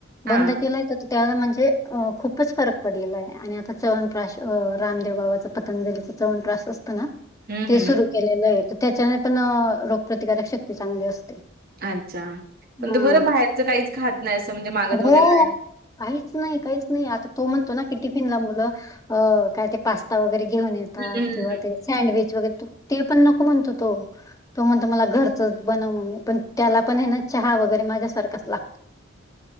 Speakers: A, on the left; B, on the right.
A: बंद
B: हां.
A: केलं. त्याला म्हणजे अ खूपच फरक पडलेला आहे आणि आता चवणपश अ रामदेव बाबाच पतंजलीचा चमन प्राश असतना.
B: हं,
A: ते
B: हं.
A: सुरू केलेलं नाय तर त्याच्याने पण अ रोगप्रतिकारक शक्ती चांगली असते.
B: अच्छा पण
A: हां.
B: त बरं बाहेरचं काहीच खात नाही असं म्हणजे मागत
A: हो.
B: वगैरे आहे.
A: काहीच नाही काहीच नाही आता तो म्हणतो ना की टिफिनला मुलं अ काय ते पास्ता वगैरे घेऊन येतात
B: हं, हं.
A: किंवा ते सँडविच वगैरे त ते पण नको म्हणतो तो. तो म्हणतो मला घरचच बनव मम्मी पण त्याला पण आहे ना चहा वगैरे माझ्यासारखाच ला